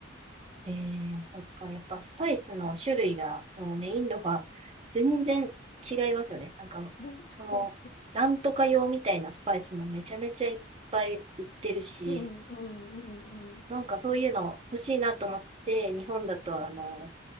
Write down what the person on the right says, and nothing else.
えー、そっか。やっぱスパイスの種類が、もうね、インドは全然違いますよね。なんか、
その、なんとか用みたいなスパイスもめちゃめちゃいっぱい売ってるし、
なんかそういうの欲しいなと思って、日本だとあの、